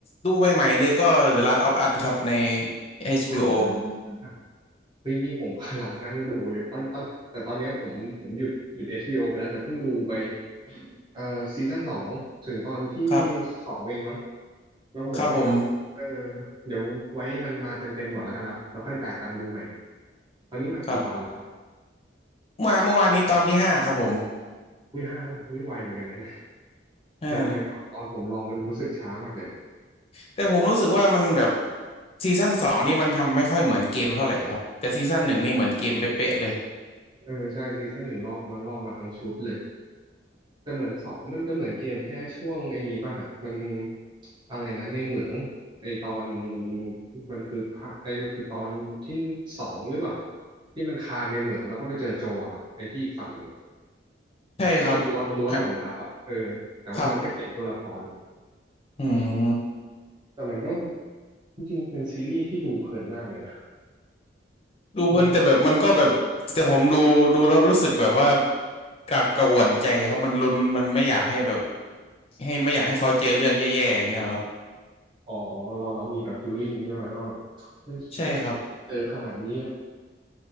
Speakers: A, on the left; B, on the right.
A: ดูใหม่ๆเลยก็ The Last of Us ครับใน HBO
B: อ๋อ เฮ้ยนี่ผม <laughs> กำลังนั่งดูเลยตอนตอนแต่ตอนเนี้ยผมผมหยุดหยุด HBO ไปแล้วแต่เพิ่งดูไปเอ่อซีซั่นสองถึงตอนที่
A: ครับ
B: สองเองมั้งแล้วผมก็แบบเออ
A: ครับผม
B: เดี๋ยวไว้มันมาเต็มเต็มก่อนแล้วกันแล้วเราค่อยจ่ายตังค์ดูใหม่ตอนนี้มากี่ตอนแล้วครับ
A: ครับมาเมื่อวานนี้ตอนที่ห้าครับผม
B: อุ้ยห้าแล้วอุ้ยไวเหมือนกันนะเนี่ย
A: ห้าแล้ว
B: แต่ทำไมตอนตอนผมรอมันรู้สึกช้ามากเนี่ยอะ
A: แต่ผมรู้สึกว่ามันแบบซีซั่นสองนี่มันทำไม่ค่อยเหมือนเกมเท่าไหร่ครับแต่ซีซั่นหนึ่งนี่เหมือนเกมเป๊ะๆเลย
B: เออใช่ซีซั่นหนึ่งลอกมาลอกมาทั้งชุดเลย แต่เหมือนสองมันจะเหมือนเกมแค่ช่วงไอ้นี้ป่ะฮะมันอะไรนะในเหมืองไอตอนมันคือภาคไอมันคือตอนที่สองหรือเปล่าที่มันคานในเหมืองแล้วก็ไปเจอโจอะครับไอที่อีกฝั่งหนึ่งอะ
A: ใช่ครับ
B: ที่ว่าล้วนล้วนหล่นทับอ่ะเออแต่ว่ามันแค่เปลี่ยนตัวละคร
A: อ่ะครับอืม
B: แต่มันก็จริงๆเป็นซีรีส์ที่ดูเพลินมากเลยนะ
A: ดูเพลินแต่แบบมันก็แบบแต่ผมดูดูแล้วรู้สึกแบบว่า
B: มัน
A: กากกระอ่วนใจครับมันลุ้นมันไม่อยากให้แบบให้ไม่อยากให้เขาเจอเรื่องแย่ๆอย่างเงี้ยครับ
B: อ๋อเราเรามีแบบฟิลลิ่งใช่ไหมว่าแบบเฮ้ย
A: ใช่ครับ
B: เจอขนาดนี้แล้ว